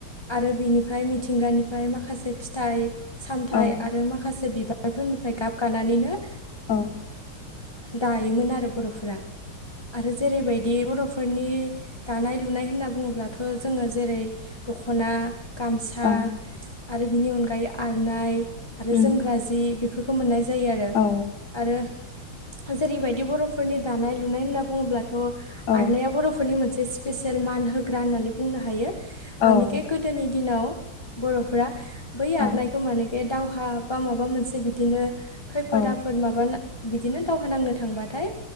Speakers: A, on the left (about 15°); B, on the left (about 50°).
A: आरो बिनिफ्राय मिथिंगानिफ्राय माखासे फिथाइ सामथायाइ
B: औ
A: आरो माखासे बिबार फोरनिफ्राय गाब गानानैनो
B: औ
A: दायोमोन आरो बर'फोरा आरो जेरै बायदि दि बर'फोरनि दानाय लुनाय होनना बुङोब्लाथ' जोङो जेरै दख'ना गामसा
B: ओं
A: आरो बिनि अनगायै आरनाइ आरो
B: उम
A: जोमग्रा जि बेफोरखौ मोननाय जायो आरो
B: औ
A: आरो जेरै बायदि बर'फोरनि दानाय लुनाय होनना बुङोब्लाथ'
B: औ
A: आरनाया बर'फोरनि मोनसे स्पेसियल मान होग्रा होननानै बुंनो हायो
B: औ
A: माने
B: ओं
A: खे गोदोनि दिनाव बर'फ्रा बै
B: औ
A: आरगनायखौ माने खे दावहा बा माबा मोनसे बिदिनो खैफोद
B: औ
A: आफोद माबा बिदिनो दावहा नांनो थांबाथाय